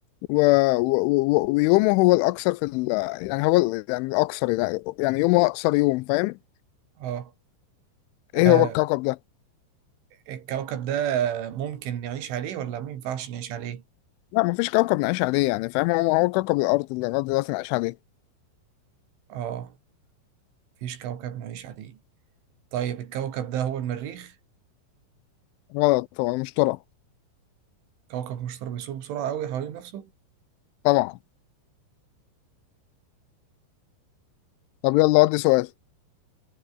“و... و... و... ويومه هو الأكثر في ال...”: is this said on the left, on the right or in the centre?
Left